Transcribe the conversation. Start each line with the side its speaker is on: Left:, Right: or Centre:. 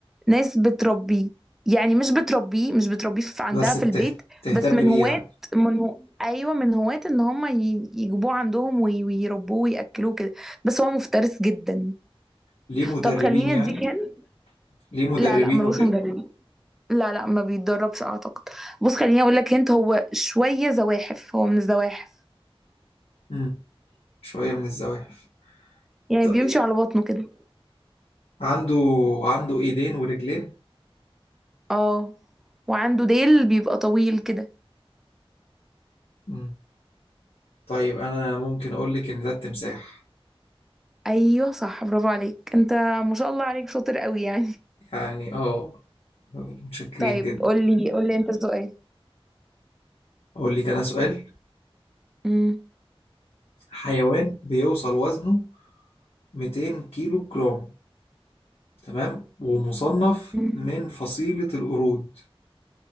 Centre: ناس بتربيه يعني مش بتربيه مش بتربيه في عندها
Left: بس
Centre: في
Left: بته-
Centre: البيت
Left: بتهتم
Centre: بس من
Left: بيه
Centre: هواة
Left: يعني
Centre: من هو ايوه من هواة ان هم ي- يجيبوه عندهم وي- ويربوه وياكلوه كده بس هو مفترس جدا
Left: ليه مدربين
Centre: طب خليني
Left: يعني
Centre: اديك هنا
Left: ليه مدربين
Centre: لا لا ملوش
Left: وكده
Centre: مدرب لا لا ما بيتدربش اعتقد بص خليني اقول لك انت هو شويه زواحف هو من الزواحف
Left: مم، شوية من الزواحف
Centre: يعني
Left: طيب
Centre: بيمشي على بطنه كده
Left: عنده عنده ايدين ورجلين
Centre: اه وعنده ديل بيبقى طويل كده
Left: مم. طيب انا ممكن اقول لك ان ده التمساح
Centre: ايوه صح برافو عليك انت ما شاء الله عليك شاطر قوي يعني <laughs>
Left: يعني اه متشكرين
Centre: طيب
Left: جدا
Centre: قول لي قول لي انت السؤال
Left: اقول لك انا سؤال
Centre: امم
Left: حيوان بيوصل وزنه 200 كيلو جرام تمام ومصنف
Centre: أمم.
Left: من فصيلة القرود